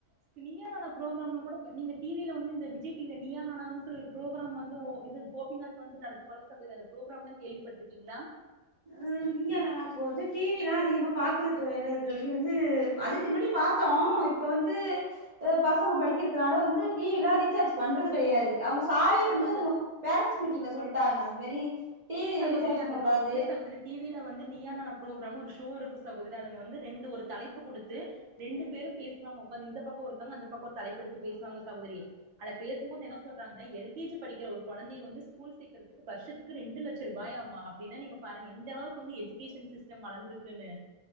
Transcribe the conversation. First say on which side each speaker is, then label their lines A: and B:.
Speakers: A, on the right; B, on the right.
A: இப்ப நீயா நானா ப்ரோக்ராம்ல கூட ப நீங்கட் டி வில வந்து இந்த விஜய் டி வில நீயா நானான் சொல்லி ஒரு புரோகிராம் வந்து ஒ இது கோபிநாத் வந்து நடத்துவாலஸ் சகோதரி அந்த புரோகிராம்லா கேள்விப்பட்ருக்கிங்ளா?
B: ம் நீயா நானா போது டி வி ல்லா அதிகமா பாக்குறத்து இல்ல தோழி வந்து அதுக்கு மிடிப் பாத் தோ இப்ப வந்து அ பசங்க படிக்கிறத்னால வந்து டி வி ல்லா ரீசார்ஜ் பண்றது கெடையாது அவுங்கஸ் சாரே
A: ஓ
B: வந்துவ்
A: அந்த
B: பேரண்ட்ஸ் மீட்டிங்ல சொல்ட்டாங்க இது மரி டி
A: இல்ல
B: வி
A: சகோதரி
B: ரீசார்ஜ்
A: அந்த
B: பண்ணக்கூடாத்
A: ப்ரோ இல்ல சகோதர் டி வி ல வந்து நீயா நானா ப்ரோகிராம் ஒரு ஷோ இருக்கு சகோதரி அதுல வந்து ரெண்டு ஒரு தலைப்பு குடுத்து ரெண்டு
B: ம்
A: பேரு பேசுவாங்க உட்காந்து இந்த பக்கோ ஒருத்தங்க அந்த பக்கோ ஒரு தலைப் பெடுத்து பேசுவாங்க சகோதரி அல பேசும்போது என்ன சொல்றாங்கன்ன எல் கே ஜி படிக்கிற ஒரு கொழந்தைய வந்து ஸ்கூல் சேக்றதுக்கு வருஷத்துக்கு ரெண்டு லட்சரூபாயாம அப்டின்னா நீங்க பாருங்க எந்த அளவுக்கு வந்து எஜுகேஷன் சிஸ்டம் வளந்திருக்குன்னு